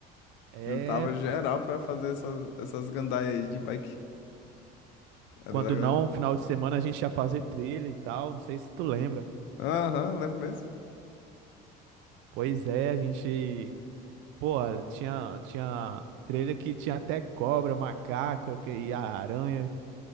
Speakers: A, on the right; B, on the left.
A: É,
B: Juntava geral
A: pô.
B: pra fazer essas, essas gandaias aí de bike. Era
A: Quando
B: legal
A: não,
B: de...
A: final de semana a gente ia fazer trilha e tal, não sei se tu lembra.
B: Aham, lembro mesmo.
A: Pois é, a gente. Pô, tinha, tinha trilha que tinha até cobra, macaco e a aranha.